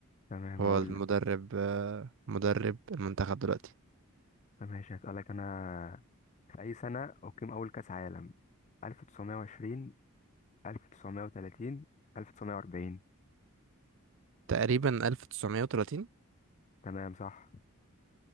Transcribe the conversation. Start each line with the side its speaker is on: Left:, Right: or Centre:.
Left: تمام
Right: هو
Left: هقول
Right: المدرب
Left: لك
Right: آه مدرب المنتخب دلوقتي
Left: ماشي هسألك أنا في أي سنة أقيم أول كأس عالم 1920 1930 1940
Right: تقريبا 1930
Left: تمام صح